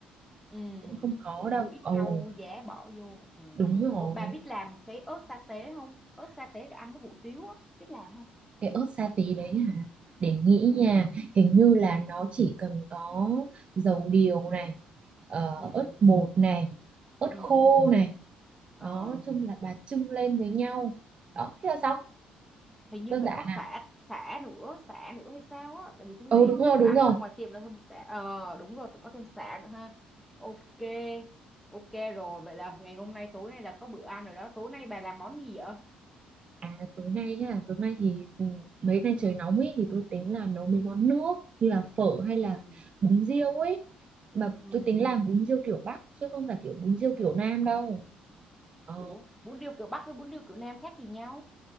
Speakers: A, in the centre; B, on the right.
A: ừ
B: cũng không khó
A: rồi
B: đâu.
A: mua ít
B: Ồ,
A: rau giá bỏ vô ừ.
B: đúng rồi,
A: Ủa, bà biết làm cái ớt sa tế không ớt sa tế để ăn với hủ tiếu á biết làm không
B: cái ớt sa tí đấy hả? Để nghĩ
A: ừ
B: nha, hình như là
A: ừ
B: nó chỉ cần có dầu điều này, ờ,
A: ừ
B: ớt bột này, ớt
A: ừ
B: khô này.
A: ờ
B: Đó, nói chung là bà chưng lên với nhau. Đó, thế là xong,
A: hình như
B: đơn
A: phải
B: giản
A: có
B: à?
A: sả sả nữa sả nữa hay sao á tại vì tôi
B: Ừ
A: thấy
B: đúng rồi
A: tôi
B: đúng
A: ăn
B: rồi
A: ở ngoài tiệm là hơn một sả ờ đúng rồi phải có thêm sả nữa ha ok ok rồi vậy là ngày hôm nay tối nay là có bữa ăn rồi đó tối nay bà làm món gì vậy
B: À tối nay ha Tối nay thì ừ, mấy nay trời nóng ấy Thì tôi tính là nấu mấy món nước Như là phở hay
A: ừ
B: là bún riêu ấy Mà
A: ừ
B: tôi tính làm bún riêu kiểu Bắc Chứ không phải kiểu bún riêu kiểu Nam đâu Ờ
A: ủa bún riêu kiểu Bắc với bún riêu kiểu Nam khác gì nhau